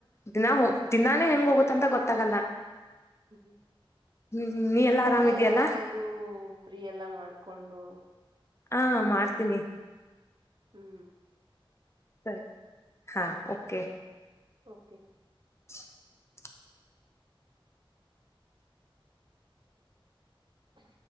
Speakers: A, on the left; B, on the right.
A: ದಿನಾ ದಿನಾನೇ ಹೆಂಗ್ ಹೋಗುತ್ತ ಅಂತ ಗೊತ್ತಾಗಲ್ಲ
B: ಹೂ
A: ಹ್ಮ್ ನೀ
B: ಮಾಡತ್ಪಾ
A: ಎಲ್ಲಾ ಆರಾಮಿದಯಲ್ಲಾ
B: ಯಾವಾಗಾದ್ರೂ ಫ್ರೀ ಎಲ್ಲಾ ಮಾಡ್ಕೊಂಡು
A: ಹಾ ಮಾಡ್ತೀನಿ
B: ಹೂ
A: ಸರಿ ಹಾ ಓಕೆ
B: ಓಕೆ
A: ಚಿ
B: ಹ